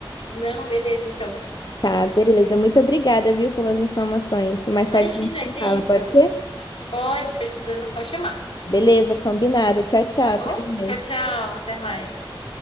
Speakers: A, on the left; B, on the left.
A: Não, beleza, então.
B: Tá, beleza. Muito obrigada, viu, pelas informações. E mais tarde
A: Imagina,
B: a gente se
A: que
B: fala,
A: isso.
B: pode ser?
A: Pode, precisando, é só chamar.
B: Beleza, combinado. Tchau, tchau.
A: Tá bom?
B: Até mais.
A: Tchau, tchau, até mais.